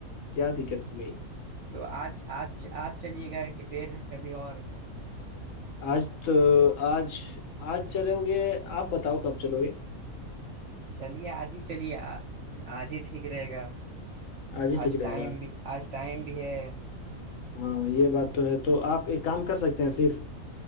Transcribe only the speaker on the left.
کیا دقت ہو گئی
آج تو آج آج چلو گے آپ بتاؤ کب چلو گے
ہی
ٹھیک رہے
گا
ہاں یہ بات تو ہے تو آپ ایک کام کر سکتے ہیں صرف